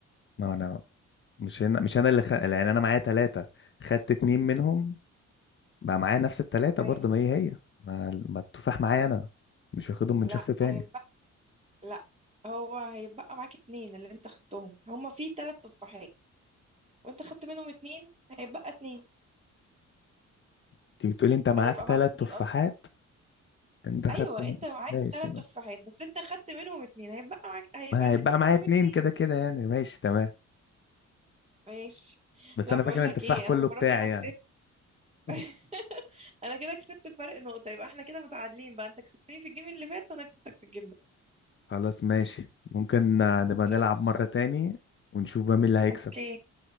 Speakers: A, on the left (about 40°); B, on the right (about 20°).
A: ما هو انا مش هنا مش انا اللي خ... يعني انا معايا ثلاثة خدت اتنين منهم بقى معايا نفس الثلاثة
B: ايوه
A: برضو ما هي هي ما, ما التفاح معايا انا مش واخدهم من
B: لا
A: شخص تاني
B: هيتبقى لا هو هيتبقى معاك اتنين اللي انت خدتهم هما في ثلاث تفاحات وانت خدت منهم اتنين هيتبقى اتنين
A: انت بتقولي انت معاك
B: هيبقى
A: ثلاث
B: معاك اتنين
A: تفاحات
B: قصدي
A: انت خدت
B: ايوه
A: من
B: انت معاك
A: ماشي
B: ثلاث
A: ما
B: تفاحات بس انت خدت منهم اتنين هيبقى معاك هيبقى
A: ما
B: اللي
A: هيبقى
B: انت خدتهم
A: معايا اتنين
B: اتنين
A: كده كده يعني ماشي تمام
B: ماشي
A: بس
B: لا
A: انا
B: بقول
A: فاكر ان
B: لك
A: التفاح
B: ايه
A: كله
B: انا المره
A: بتاعي
B: دي انا كسبت
A: يعني
B: <laughs>
A: <laughs>
B: انا كده كسبت بفرق نقطه يبقى احنا كده متعادلين بقى انت كسبتني في الجيم اللي فات وانا كسبتك في الجيم ده
A: خلاص ماشي ممكن آه، نبقى
B: ماشي
A: نلعب مرة تاني ونشوف بقى مين اللي هيكسب
B: اوكي